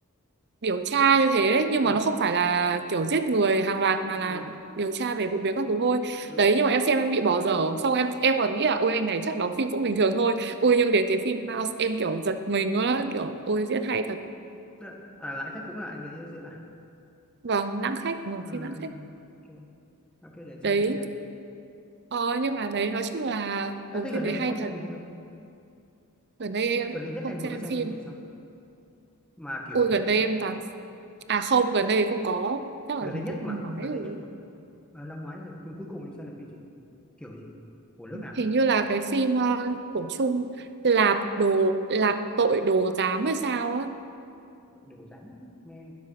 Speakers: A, on the right; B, in the centre.
A: điều tra như thế ấy, nhưng
B: ừ
A: mà nó không phải là kiểu giết người hàng loạt mà là
B: ừ
A: điều tra về vụ việc các thứ thôi
B: ừ
A: đấy nhưng mà em xem em bị bỏ dở xong em em còn nghĩ là ôi anh này chắc đóng phim cũng bình thường thôi ôi nhưng đến cái phim Mouse em kiểu giật mình luôn á kiểu ôi diễn hay thật
B: Tức là- à, lại khác cũng là anh đấy diễn diễn à
A: vâng Lãng Khách ừ,
B: ừ
A: phim Lãng Khách
B: rồi ok để anh xem
A: đấy
B: thử xem
A: ờ, nhưng mà đấy nói chung là
B: à,
A: bộ
B: thế gần
A: phim đấy
B: đây em
A: hay
B: có phim
A: thật
B: gì hay không
A: gần đây em
B: gần
A: lại
B: đây nhất
A: không
B: em vừa
A: xem
B: mới xem
A: phim
B: phim gì sao mà kiểu
A: ui
B: như
A: gần
B: thế
A: đây em toàn à không gần đây không có chắc
B: gần
A: là
B: đây
A: phải
B: nhất
A: từ năm
B: mà
A: ngoái
B: gần
A: rồi
B: đây nhất mà à, năm ngoái là phim cuối cùng em xem là phim gì kiểu gì của nước nào
A: hình như là cái phim ờ, của Trung Lạp đồ Lạp tội đồ giám hay sao á
B: đều dáng nghe